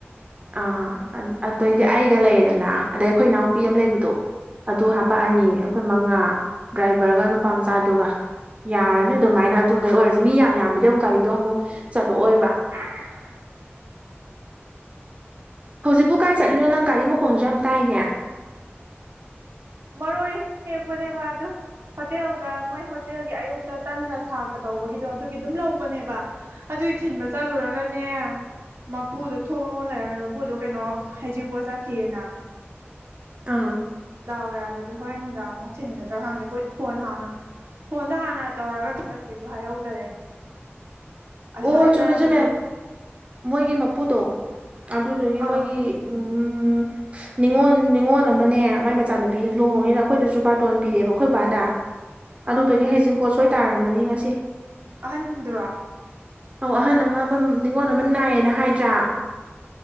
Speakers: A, on the right (about 30°); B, on the right (about 70°).
A: ꯑꯥ ꯑꯗꯨꯗꯩꯗꯤ ꯑꯩꯒ ꯂꯩꯌꯦꯗꯅ ꯑꯗꯩ ꯑꯩꯈꯣꯏ ꯏꯅꯥꯎꯄꯤ ꯑꯃ ꯂꯩꯕꯗꯣ ꯑꯗꯨ ꯍꯥꯄꯛꯑꯅꯤ ꯑꯩꯈꯣꯏ ꯃꯉꯥ ꯗ꯭ꯔꯥꯏꯚꯔꯒ ꯅꯨꯄꯥ ꯃꯆꯥꯗꯨꯒ ꯌꯥꯔꯅꯤ ꯑꯗꯨꯃꯥꯏꯅ ꯑꯗꯨꯈꯩ ꯑꯣꯏꯔꯁꯤ ꯃꯤ ꯌꯥꯝ ꯌꯥꯝꯕꯗꯤ ꯑꯃꯨꯛ ꯒꯥꯔꯤꯗꯣ ꯑꯃꯨꯛ ꯆꯠꯂꯛꯑꯣꯏꯕ
B: <inaudible>
A: ꯍꯧꯖꯤꯛꯄꯨ ꯀꯥꯏ ꯆꯠꯂꯤꯅꯣ ꯅꯪ ꯒꯥꯔꯤ ꯃꯈꯣꯟꯁꯨ ꯌꯥꯝ ꯇꯥꯏꯅꯦ
B: ꯃꯔꯣꯏ ꯌꯦꯦꯛꯄꯅꯦꯕ ꯑꯗꯨ ꯍꯣꯇꯦꯜꯗ ꯃꯣꯏ ꯍꯣꯇꯦꯜꯒꯤ ꯑꯌꯨꯛꯇ ꯇꯟꯒ ꯁꯥꯔꯀ ꯇꯧꯕꯒꯤꯗꯣ ꯑꯗꯨꯒꯤ ꯑꯗꯨꯝ ꯂꯧꯕꯅꯦꯕ ꯑꯗꯨꯏ ꯊꯤꯟꯕ ꯆꯠꯂꯨꯔꯒꯅꯦ ꯃꯄꯨꯗꯣ ꯊꯣꯡ ꯂꯣꯟ ꯂꯩꯔꯝꯃꯦ ꯃꯄꯨꯗꯣ ꯀꯩꯅꯣ ꯍꯩꯖꯤꯡꯄꯣꯠ ꯆꯠꯈꯤꯑꯅ
A: ꯑꯥ
B: ꯗꯥꯎꯋ ꯌꯥꯔꯗꯗꯤ ꯑꯗꯨ ꯍꯣꯔꯦꯟ ꯅꯨꯡꯗꯥꯡ ꯑꯃꯨꯛ ꯊꯤꯟꯒꯗ꯭ꯔꯥ ꯈꯪꯗꯦ ꯑꯩꯈꯣꯏꯗꯤ ꯐꯣꯟ ꯍꯥꯟꯅ ꯐꯣꯟꯗ ꯍꯥꯟꯅ ꯇꯧꯔꯒ ꯊꯤꯜꯂꯛꯀꯦꯁꯨ ꯍꯥꯏꯍꯧꯗꯔꯦ ꯑꯁꯥꯏꯗꯕꯨꯗꯤ
A: ꯑꯣ ꯆꯨꯝꯃꯦ ꯆꯨꯝꯃꯦ ꯃꯣꯏꯒꯤ ꯃꯄꯨꯗꯣ ꯑꯗꯨꯗꯨꯒꯤ
B: ꯑꯥ
A: ꯃꯣꯏꯒꯤ ꯎꯝ ꯅꯤꯉꯣꯜ ꯅꯤꯉꯣꯜ ꯑꯃꯅꯦ ꯃꯥꯏ ꯃꯆꯥꯅꯨꯄꯤ ꯂꯨꯍꯣꯡꯅꯦꯅ ꯑꯩꯈꯣꯏꯗꯁꯨ ꯇꯣꯟ ꯄꯤꯔꯑꯦꯕ ꯑꯩꯈꯣꯏ ꯕꯥꯗ
B: ꯑꯥ
A: ꯑꯗꯨꯗꯨꯒꯤ ꯍꯌꯦꯖꯤꯡ ꯄꯣꯠ ꯁꯣꯏ ꯇꯥꯔꯝꯃꯅꯤ ꯉꯁꯤ
B: ꯑꯍꯟꯗꯨꯔ
A: ꯑꯧ ꯑꯍꯟ ꯑꯃ ꯅꯤꯉꯣꯟꯜ ꯑꯃ ꯅꯥꯏꯌꯦꯦꯅ ꯍꯥꯏꯗ꯭ꯔꯥ